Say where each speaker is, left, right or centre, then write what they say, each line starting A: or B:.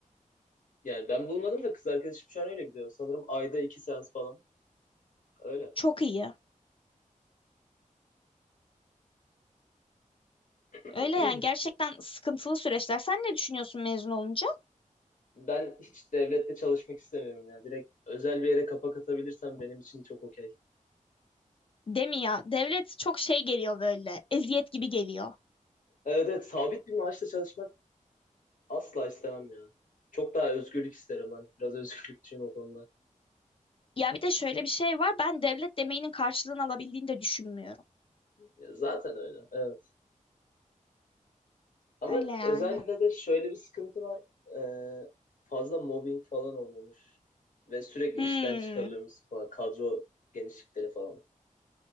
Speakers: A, on the left; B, on the left.
A: Yani ben bulmadım da kız arkadaşım şu an öyle gidiyor. Sanırım ayda iki seans falan. Öyle.
B: Çok iyi.
A: <clears throat>
B: Öyle yani gerçekten sıkıntılı süreçler. Sen ne düşünüyorsun mezun olunca?
A: Ben hiç devlette çalışmak istemiyorum ya. Direkt özel bir yere kapak atabilirsem benim için çok okey.
B: Değil mi ya? Devlet çok şey geliyor böyle. Eziyet gibi geliyor.
A: Evet evet sabit bir maaşla çalışmak asla istemem ya. Çok daha özgürlük isterim ben. Biraz özgürlükçüyüm o konuda.
B: Ya bir de şöyle bir şey var. Ben devlet demeyinin karşılığını alabildiğini de düşünmüyorum.
A: Ya zaten öyle. Evet. Ama
B: Öyle yani.
A: özelde de şöyle bir sıkıntı var. Ee, fazla mobbing falan oluyormuş. Ve sürekli
B: Hmm.
A: işten çıkarılıyormuşsun falan. Kadro genişlikleri falan.